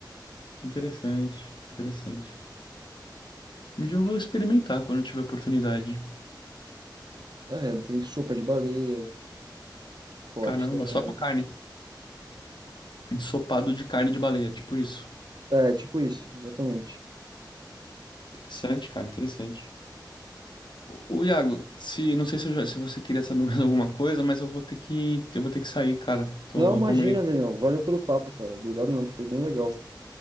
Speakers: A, on the left; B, on the right.
A: Que interessante, interessante. Um dia eu vou experimentar quando eu tiver oportunidade.
B: É, tem sopa de baleia. Forte
A: Caramba,
B: também.
A: só com a carne. Ensopado de carne de baleia, tipo isso.
B: É, tipo isso, exatamente.
A: Interessante, cara, interessante. O Iago, se não sei se, eu já- se você queria saber <laughs> mais alguma coisa, mas eu vou ter que eu vou ter que sair, cara. Tô
B: Não, imagina,
A: combinando.
B: Daniel. Valeu pelo papo, cara. Obrigado mesmo, foi bem legal.